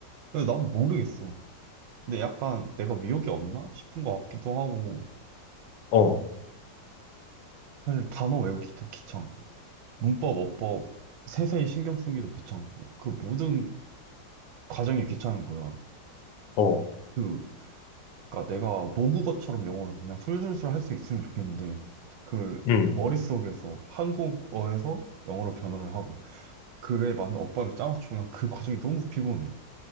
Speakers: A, on the right; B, on the left.
A: 근데 나도 모르겠어. 근데 약간 내가 위협이 없나 싶은 것 같기도 하고
B: 어,
A: 사실 단어 외우기도 귀찮고 문법, 어법 세세히 신경 쓰기도 귀찮고 그 모든 과정이 귀찮은 거야.
B: 어,
A: 그 그러니까 내가 모국어처럼 영어를 그냥 술술술 할 수 있으면 좋겠는데 그걸
B: 응
A: 머릿속에서 한국어에서 영어로 변화를 하고 그에 맞는 엇법을 짜맞추고 난 그 과정이 너무 피곤해.